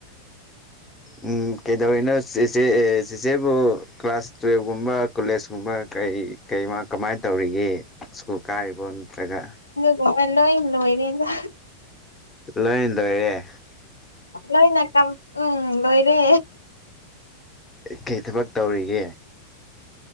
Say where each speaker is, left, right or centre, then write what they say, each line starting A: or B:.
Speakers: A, on the left; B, on the left.
A: ꯎꯝ ꯀꯩꯗꯕꯅ ꯍꯧꯁꯦ ꯑꯕꯨ ꯀ꯭ꯂꯥꯁ ꯁ꯭ꯀꯨꯜꯒꯨꯝꯕ ꯀꯣꯂꯦꯖꯀꯨꯝꯕ ꯀꯩ ꯀꯩ ꯃꯥ ꯀꯃꯥꯏꯅ ꯇꯧꯔꯤꯒꯦ ꯀꯥꯥꯏꯕꯣꯟ ꯂꯥꯛꯥ
B: ꯑꯣ ꯂꯣ ꯏ ꯂꯣꯏꯩꯅ
A: ꯂꯣꯏ ꯇꯧꯔꯦ
B: ꯂꯣꯏꯅ ꯀꯝ ꯎꯝ ꯂꯣꯏꯔꯦ
A: ꯀꯩ ꯊꯕꯛ ꯇꯧꯔꯤꯒꯦ